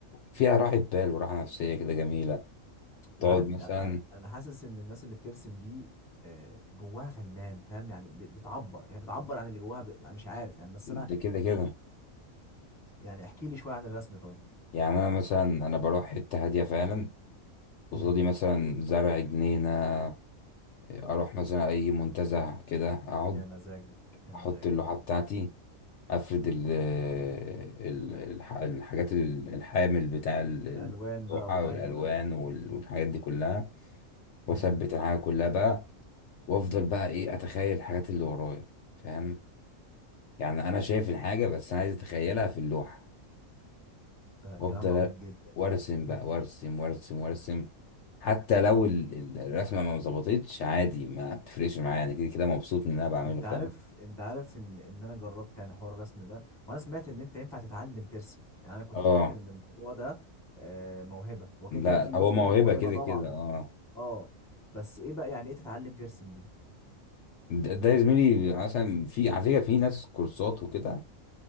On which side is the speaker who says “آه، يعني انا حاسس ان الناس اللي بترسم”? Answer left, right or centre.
Centre